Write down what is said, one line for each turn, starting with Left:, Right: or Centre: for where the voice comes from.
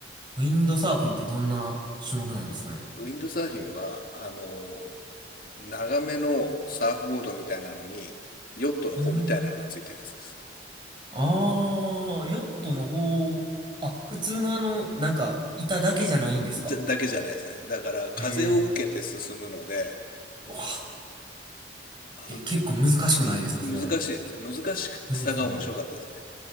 Right: ウィンドサーフィンってどんな種目なんですかね
Left: ウィンドサーフィンは、あの、長めのサーフボードみたいなのに、ヨットの帆みたいなのがついてるやつです。
Right: うん。ああ、ヨットの方、あ、普通のあの、なんか、板だけじゃないんですか
Left: じゃ、だけじゃないですね。だから、風を受けて進むので、
Right: へえ。うわあ、
Left: あの、
Right: え、結構難しくないですか、
Left: 難しいです。
Right: それ。
Left: 難しさが面白かったですね。
Right: そうですね。